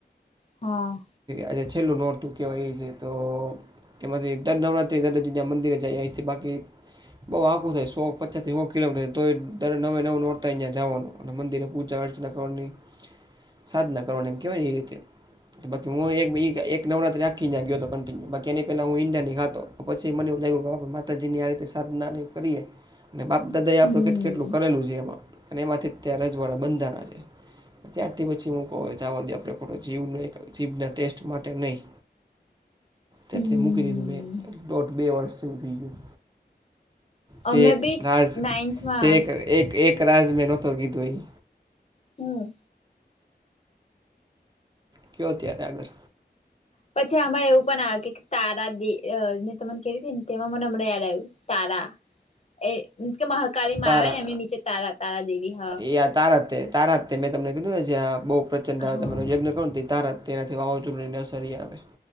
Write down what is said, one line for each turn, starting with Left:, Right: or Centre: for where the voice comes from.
Left: હા.
Right: આજે છેલ્લું નોટતું કહેવાય એ છે તો કે મા દર નરાત્રે દાદાજી મંદિરે જઈએ ઇથી બાકી બઉ આઘું થાય સો પચાસથી સો કિલોમીટર તો દર નવે નવું નોરતા અહીયા જવાનું. અને મંદિરે પૂજા અર્ચના કરવાની સાધના કરવાની એમ કહેવાય ને એ રીતે. બાકી હું એક એક નવરાત રાખીને ગયો હતો કન્ટિન્યુ બાકી એની પેલા હું ઇન્ડિયાની ખાતો. પછી મને એવું લાગ્યું કે બા માતાજીની આ રીતે સાધનાની કરીએ. અને બાપ દાદા
Left: હમ
Right: એ કેટલું કરેલું છે એમાં અને એમાંથી ત્યાં રજવાડા બંધાણા છે. ત્યારથી પછી મું કહું છ જ આ બાજી આપણે ખોટો જીવ ન એક જીભના ટેસ્ટ માટે નહીં. ત્યારે
Left: હમ
Right: તે મૂકી દીધું મેં દોઢ બે વર્ષથી હું થઈ ગયું. ચે
Left: અમે
Right: એક
Left: બી
Right: રાઝ
Left: નાઈન્થમાં
Right: ચેક એક એક રાઝ મે નોતો કીદોઈ-
Left: હમ.
Right: કયો ત્યારે આગર.
Left: પછી આમા એવું પણ આવ્યું કે તારા દેને તને કે હતી ને તેમાં મને અમને યાદ આવ્યું. તારા એ કે મહાકાળી માં
Right: તારા
Left: આવે ને એમની નીચે તારા તારા દેવી હ
Right: એ આ તારા તારા તે મેં તમને કીધું છે બહુ પ્રચંડ
Left: હા
Right: તમ યજ્ઞ કોણ તારા તેનાથી વાવાઝો ન ન સરી આવે.